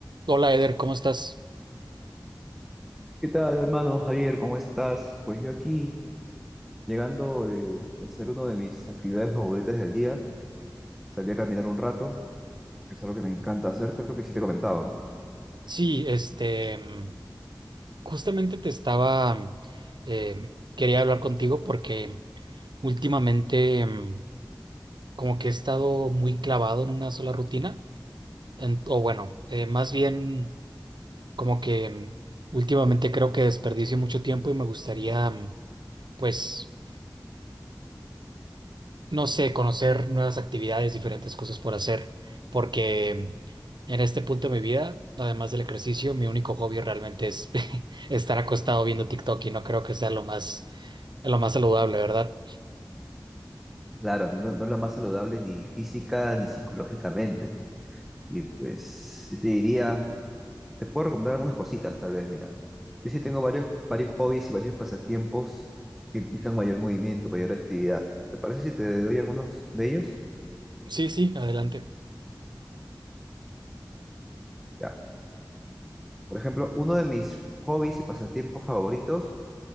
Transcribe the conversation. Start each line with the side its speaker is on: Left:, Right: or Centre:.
Right: Hola Eder, ¿cómo estás?
Centre: ¿Qué tal, hermano Javier? ¿Cómo estás? Pues yo aquí, llegando de hacer una de mis actividades favoritas del día, salí a caminar un rato, que es algo que me encanta hacer, que es lo que sí te he comentado, ¿no?
Right: Sí, este, mm, justamente te estaba, mm, em, quería hablar contigo porque últimamente em, como que he estado muy clavado en una sola rutina, en- o bueno, eh, más bien como que em, últimamente creo que desperdicio mucho tiempo y me gustaría, mm, pues no sé, conocer nuevas actividades, diferentes cosas por hacer, porque en este punto de mi vida, además del ejercicio, mi único hobby realmente es <laughs> estar acostado viendo TikTok y no creo que sea lo más, lo más saludable, ¿verdad?
Centre: Claro, no, es la no es la más saludable ni física ni psicológicamente. Y pues sí te diría, te puedo recomendar algunas cositas, tal vez, mira. Yo sí tengo varios, varios hobbies y varios pasatiempos que implican mayor movimiento, mayor actividad. ¿Te parece si te doy algunos de ellos?
Right: Sí, sí, adelante.
Centre: Ya. Por ejemplo, uno de mis hobbies y pasatiempos favoritos